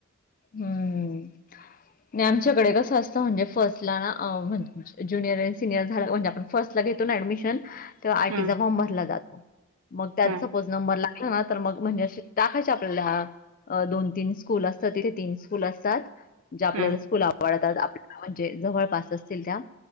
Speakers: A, on the left; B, on the right.
A: हम्म ते आमच्याकडे कसं असत म्हणजे फर्स्टला अ म्हण जुनिअर आणि सिनियर झाला म्हणजे आपण फर्स्टला ला घेतोना ऍडमिशन तेव्हा, आरटीचा
B: हं
A: फॉर्म भरला जातो. मग त्यात
B: हं
A: सपोज नंबर लागला ना, तर मग म्हणजे अस टाकायचे आपल्याला हा अ दोन तीन स्कूल असतात, तिथे तीन स्कूल असतात जे आपल्याला
B: हं
A: स्कूल वाढतात आपल्याला म्हणजे जवळपास असतील त्या